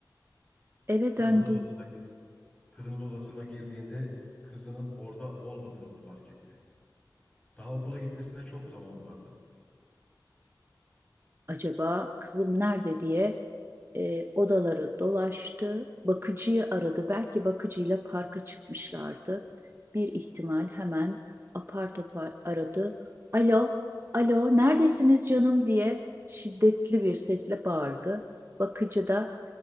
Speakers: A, on the right; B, on the left.
A: Eve
B: Kızının
A: döndü.
B: odasına gi- kızının odasına girdiğinde kızının orada olmadığını fark etti. Daha okula gitmesine çok zaman vardı.
A: Acaba kızım nerede diye e, odaları dolaştı. Bakıcıyı aradı. Belki bakıcıyla parka çıkmışlardı. Bir ihtimal hemen apar topar aradı. Alo, alo, neredesiniz canım diye şiddetli bir sesle bağırdı. Bakıcı da